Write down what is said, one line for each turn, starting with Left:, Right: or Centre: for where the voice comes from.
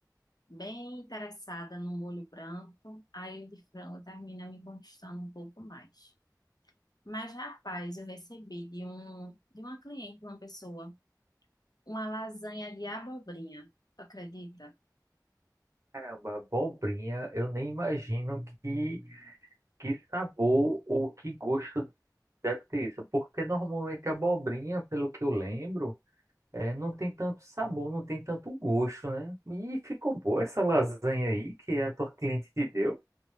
Left: bem interessada no molho branco, aí o de frango termina me conquistando um pouco mais. Mas, rapaz, eu recebi de um de uma cliente, uma pessoa uma lasanha de abobrinha. Tu acredita?
Right: Caramba, abobrinha, eu nem imagino que, que sabor ou que gosto Deve ter isso, porque normalmente a abobrinha, pelo que eu lembro, é, não tem tanto sabor, não tem tanto gosto, né? E ficou boa essa lasanha aí que a tua cliente te deu.